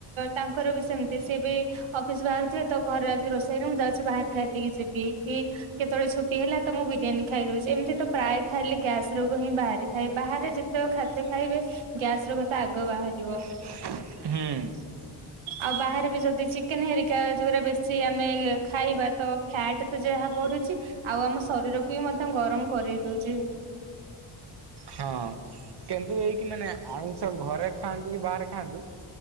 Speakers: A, on the right; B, on the right.
A: ତାଙ୍କର ବି ସେମିତି ସେ ବି ଅଫିସ୍ ବାହାରୁଥିବେ ତ ଘରେ ଆଜି ରୋଷେଇ ହେଇନି, ମୁଁ ଯାଉଛି ବାହାରେ ଖାଇଦେଇକି ଯିବି କି କେତେବେଳେ ଛୁଟି ହେଲା ତ ମୁଁ ବିରିୟାନୀ ଖାଇଦଉଛି। ଏମିତି ତ ପ୍ରାୟ ଖାଇଲେ ଗ୍ୟାସ୍ ରୋଗ ହିଁ ବାହାରିଥାଏ। ବାହାରେ ଯେ ତ ଖାଦ୍ୟ ଖାଇବେ ଗ୍ୟାସ୍ ରୋଗ ତ ଆଗ ବାହାରିବ।
B: ହୁଁ।
A: ଆଉ ବାହାରେ ବି ଯଦି ଚିକେନ୍ ହେରିକା ଯୋଉରା ବେଶି ଆମେ ଖାଇବା ତ ଫ୍ୟାଟ୍ ତ ଯାହା ବଢ଼ୁଛି, ଆଉ ଆମ ଶରୀରକୁ ବି ମଧ୍ୟ ଗରମ କରେଇ ଦଉଚି।
B: ହଁ କିନ୍ତୁ ଏଇକି ମାନେ ଆଇଁଷ ଘରେ ଖାଆନ୍ତୁ କି ବାହାରେ ଖାଆନ୍ତୁ